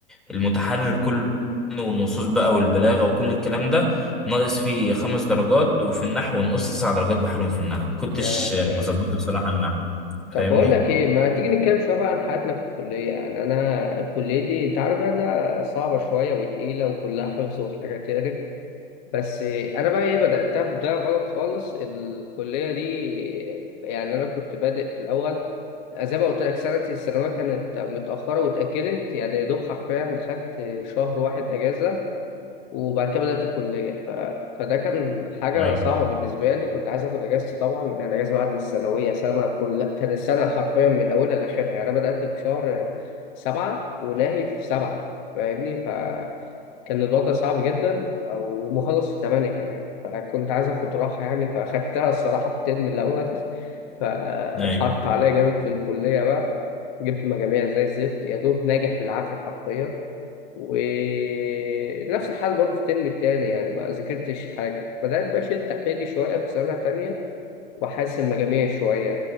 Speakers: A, in the centre; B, on the left.
A: المتحرر كله والنصوص بقى والبلاغه وكل الكلام ده ناقص فيه خمس درجات وفي النحو نقص تسع درجات بحالهم في النحو كنتش
B: يا ساتر
A: مظبطه بصراحه النحو فاهمني
B: طب بقول لك ايه ما تيجي نتكلم شويه بقى عن حياتنا في الكليه يعني انا كليتي انت عارف بقى انها صعبه شويه وتقيله وكلها حفظ وحاجه تقرف بس انا بقى ايه بداتها بدايه غلط خالص الكليه دي يعني انا كنت بادئ في الاول زي ما قلت لك سنه الثانويه كانت متاخره واتاجلت يعني يا دوب حرفيا خدت شهر واحد اجازه وبعد كده بدأت الكلية ف... فده كان حاجة
A: ايوه
B: صعبة بالنسبة لي كنت عايز آخد أجازتي طبعا لأن الأجازة بعد الثانوية سنة كل كان السنة حرفيا من أولها لآخرها يعني أنا بدأت في شهر سبعة وناهي في سبعة فاهمني فكان الوضع صعب جدا ومخلص في تمانية كمان فكنت عايز آخد راحة يعني فأخدتها الصراحة في الترم الأول <laughs> فاتحط
A: ايوه
B: عليا جامد في الكلية بقى جبت مجاميع زي الزفت يا دوب ناجح بالعافية حرفيا ونفس الحال برضه في الترم التاني يعني ما ذاكرتش حاجة بدأت بقى أشد حيلي شوية في سنة تانية وأحسن مجاميع شوية